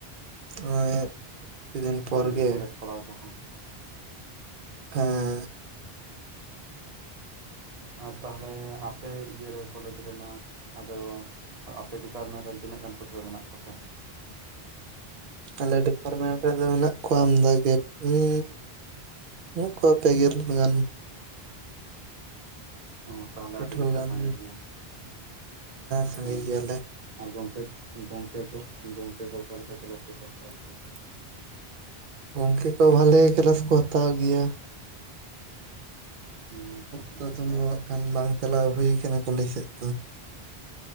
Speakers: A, on the right (about 55°); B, on the right (about 40°).
A: ᱦᱳᱭ‌ ᱠᱤᱪᱷᱩ ᱫᱤᱱ
B: ᱱᱟᱯᱟᱭ
A: ᱯᱚᱨ ᱜᱮ
B: ᱠᱚᱞᱮᱡᱽ ᱯᱟᱲᱦᱟᱣ ᱠᱚᱦᱚᱸ
A: ᱦᱮᱸ
B: ᱟᱨ ᱛᱟᱦᱞᱮ ᱟᱯᱮ ᱤᱭᱟᱹᱨᱮ ᱠᱚᱞᱮᱡᱽ ᱨᱮᱢᱟ ᱟᱫᱚ ᱟᱯᱮ ᱰᱤᱯᱟᱨᱴᱢᱮᱱᱴ ᱨᱮᱱ ᱛᱤᱱᱟᱹᱜ ᱜᱟᱱ ᱯᱟᱹᱴᱷᱶᱟᱹ ᱢᱮᱱᱟᱜ ᱠᱚᱛᱮ?
A: ᱟᱞᱮ ᱰᱤᱯᱟᱨᱢᱮᱱᱴ ᱨᱮᱫᱚ ᱤᱱᱟᱹᱜ ᱠᱚᱢ ᱫᱚ ᱡᱮ ᱱᱤ ᱦᱩᱭᱩᱜ-ᱟ ᱠᱚ ᱯᱮᱜᱮᱞ ᱜᱟᱱ
B: ᱚ, ᱛᱟᱦᱞᱮ
A: ᱯᱟᱹᱴᱷᱩᱣᱟᱹ
B: ᱟᱹᱰᱤ ᱜᱮ ᱯᱮ
A: ᱜᱟᱱ
B: ᱥᱟᱸᱜᱮ ᱜᱮᱭᱟ,
A: ᱥᱟᱸᱜᱮ
B: ᱦᱮᱸ
A: ᱜᱮᱭᱟᱞᱮ
B: ᱟᱨ ᱜᱚᱢᱠᱮ ᱜᱚᱝᱠᱮ ᱠᱚ, ᱜᱚᱢᱠᱮ ᱠᱚ ᱚᱠᱟᱮᱠᱟ ᱠᱮᱞᱟᱥ ᱠᱚᱠᱚ ᱦᱟᱛᱟᱣ ᱜᱮᱭᱟ ᱾
A: ᱜᱚᱝᱠᱮ ᱠᱚ ᱵᱷᱟᱞᱮ ᱠᱮᱞᱟᱥ ᱠᱚ ᱦᱟᱛᱟᱣ ᱜᱮᱭᱟ᱾
B: ᱦᱮᱸ ᱛᱟᱦᱚᱞᱮ
A: ᱯᱨᱚᱛᱷᱚᱢ
B: ᱱᱟᱯᱟᱭ
A: ᱫᱚ
B: ᱜᱮ
A: ᱦᱜ ᱠᱷᱟᱱ ᱵᱟᱝ ᱪᱟᱞᱟᱣ ᱦᱩᱭᱩ ᱠᱟᱱᱟ ᱠᱚᱞᱮᱡᱽ ᱥᱮᱫ ᱫᱚ ᱾